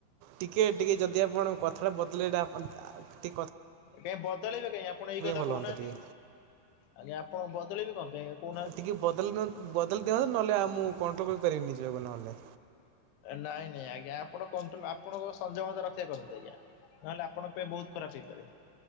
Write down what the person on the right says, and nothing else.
ଟିକେ ଟିକେ ଯଦି ଆପଣ କଥାଟା ବଦଳେଇଲେ ଆପଣ ଟି
ଭଲ
ହୁଅନ୍ତା ଟିକେ।
ଟିକେ ବଦଲି ଦିଅନ୍ତୁ ବଦଳି ଦିଅନ୍ତୁ ନହେଲେ ଆଉ ମୁଁ କଣ୍ଟ୍ରୋଲ କରିପାରିବିନି ନିଜ ଯକୁ ନହେଲେ